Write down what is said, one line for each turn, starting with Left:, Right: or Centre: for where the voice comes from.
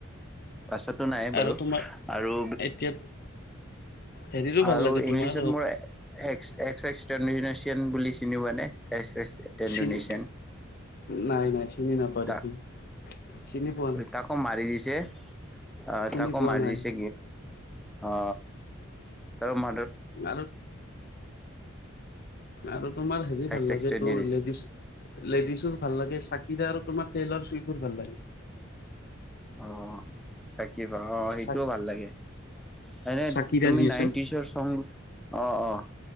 Centre: পাছাততো নাই
Left: আৰু
Centre: বাৰু
Left: তোমাৰ
Centre: আৰু
Left: এতিয়া হেৰিৰো ভাল
Centre: আৰু
Left: লাগে
Centre: ইংলিছত
Left: তোমাৰ
Centre: মোৰ একচ একচটন দি পেলাই চিয়েন বুলি চিনি পোৱা নে এছ এছ টেডুনেচিয়ন
Left: চিন নাই নাই চিনি নাপাওঁ
Centre: ত
Left: দেখোন চিনি পোৱা নাই,
Centre: তাকো মাৰি দিছে অ
Left: শুনি
Centre: তাকো
Left: পোৱা
Centre: মাৰি
Left: নাই
Centre: দিছে অ তাৰ ম
Left: আৰু আৰু তোমাৰ হেৰি ভাল
Centre: এক্স
Left: লাগে
Centre: এক্স ট্ৰেণ্ডিং
Left: তোৰ লেডিছ লেডিছৰ ভাল লাগে চ সতি আৰু তোমাৰ টেইলাৰ চুইবোৰ ভাল লাগে
Centre: অ চাকি অ সেইটোও
Left: চাক
Centre: ভাল লাগে এনে
Left: চাকিৰা
Centre: তুমি
Left: যি আছে
Centre: নাইনটিজৰ চ অ অ